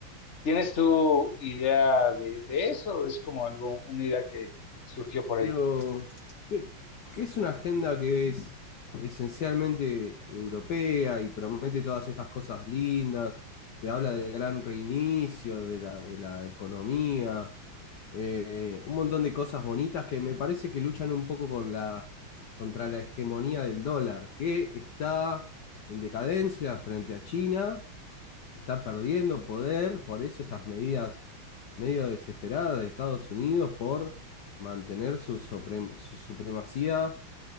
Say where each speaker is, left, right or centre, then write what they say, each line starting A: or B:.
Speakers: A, on the left; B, on the left.
A: ¿Tienes tu idea de, de eso? Es como algo, una idea que surgió por
B: Pero,
A: ahí.
B: ¿qué, qué es una agenda que es esencialmente europea y promete todas estas cosas lindas? Se habla del gran reinicio, de la, de la economía, eh, un montón de cosas bonitas que me parece que luchan un poco con la, contra la hegemonía del dólar, que está en decadencia frente a China está perdiendo poder, por eso estas medidas medio desesperadas de Estados Unidos por mantener su, suprem- su supremacía